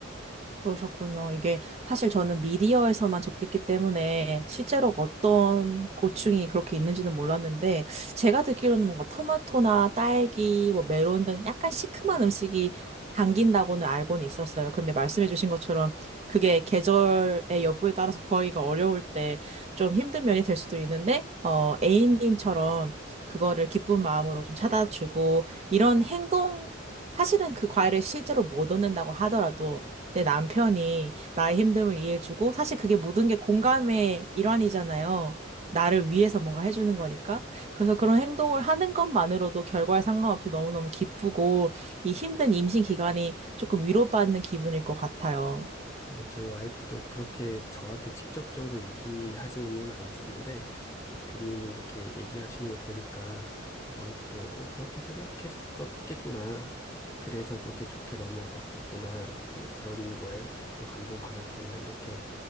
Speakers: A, on the right (about 35°); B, on the left (about 15°).
A: 그러셨군요. 이게 사실 저는 미디어에서만 접했기 때문에 실제로 어떤 고충이 그렇게 있는지는 몰랐는데 제가 듣기로는 뭔가 토마토나 딸기, 뭐 메론 등 약간 시큼한 음식이 당긴다고는 알고는 있었어요. 근데 말씀해주신 것처럼 그게 계절의 여부에 따라서 구하기가 어려울 때 좀 힘든 면이 될 수도 있는데 어 A님처럼 그거를 기쁜 마음으로 좀 찾아주고 이런 행동 사실은 그 과일을 실제로 못 얻는다고 하더라도 내 남편이 나의 힘듦을 이해해주고, 사실 그게 모든 게 공감의 일환이잖아요. 나를 위해서 뭔가 해주는 거니까. 그래서 그런 행동을 하는 것만으로도 결과에 상관없이 너무너무 기쁘고, 이 힘든 임신 기간이 조금 위로받는 기분일 것 같아요.
B: 어, 저희 와이프도 그렇게 저한테 직접적으로 얘기하지는 않았었는데, 어, 빈님이 이렇게 얘기하시는 거 보니까, 어, 와이프도, 어, 그렇게 생각했었겠구나. 그래서 그렇게 좋게 넘어갔었구나. 뭐 그런 거에 또 감동받았구나. 이렇게,